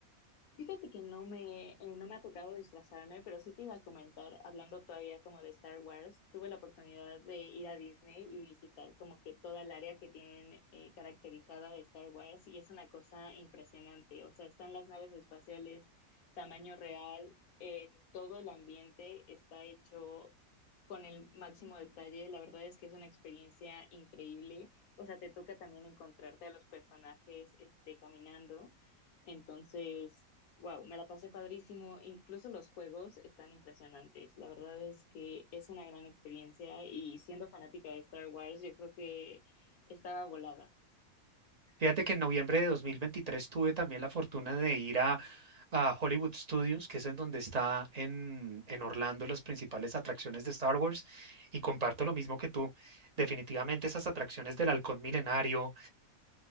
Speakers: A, on the left; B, on the right.
A: Fíjate que no me, eh, no me ha tocado disfrazarme, pero sí te iba a comentar, hablando todavía como de Star Wars, tuve la oportunidad de ir a Disney y visitar como que toda el área que tienen eh, caracterizada de Star Wars y es una cosa impresionante. O sea, están las naves espaciales, tamaño real, eh, todo el ambiente está hecho con el máximo detalle. La verdad es que es una experiencia increíble. O sea, te toca también encontrarte a los personajes este, caminando. Entonces... Wow, me la pasé padrísimo. Incluso los juegos están impresionantes. La verdad es que es una gran experiencia y siendo fanática de Star Wars, yo creo que estaba volada.
B: Fíjate que en noviembre de 2023 tuve también la fortuna de ir a, a Hollywood Studios, que es en donde está en, en Orlando las principales atracciones de Star Wars, y comparto lo mismo que tú. Definitivamente esas atracciones del Halcón Milenario,